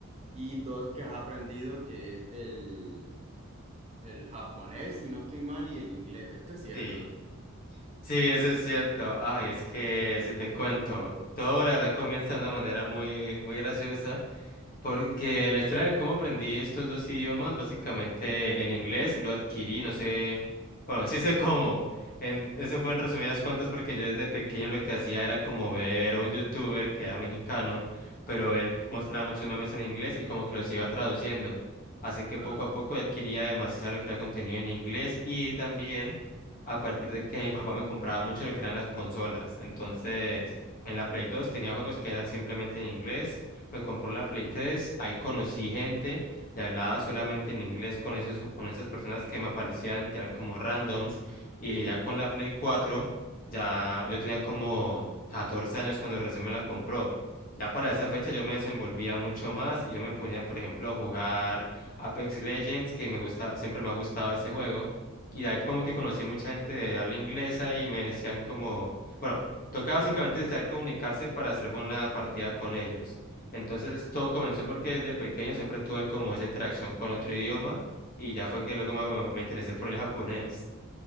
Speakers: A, on the right (about 30°); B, on the left (about 40°).
A: y dos que has aprendido, que es el, el japonés, si no estoy mal, y el inglés. ¿Esto es cierto?
B: Sí, sí, eso es cierto. Ay, es que si te cuento, todo la verdad comienza de una manera muy, muy graciosa. Porque la historia de cómo aprendí estos dos idiomas, básicamente el inglés lo adquirí, no sé, bueno, sí sé cómo. En- eso fue en resumidas cuentas porque yo desde pequeño lo que hacía era como ver a un youtuber que era mexicano, pero él mostraba muchos memes en inglés y como que los iba traduciendo. Así que
A: Ah,
B: poco a poco adquiría demasiado lo que era contenido en inglés y también a partir de que mi papá me compraba mucho lo que eran las consolas. Entonces, en la Play dos tenía juegos que eran simplemente en inglés. Me compró la Play 3, ahí conocí gente y hablaba solamente en inglés con esos, con esas personas que me aparecían, que eran como randoms, y
A: sí.
B: ya con la Play 4, ya yo tenía como 14 años cuando recién me la compró. Ya para esa fecha yo me desenvolvía mucho más y yo me ponía, por ejemplo, a jugar Apex Legends, que me gusta, siempre me ha gustado ese juego. Y de ahí como que conocí mucha gente de habla inglesa y me decían como, bueno, tocaba básicamente saber comunicarse para hacer buena partida con ellos. Entonces todo comenzó porque desde pequeño siempre tuve como esa interacción con otro idioma y ya fue que luego me, me interesé por el japonés.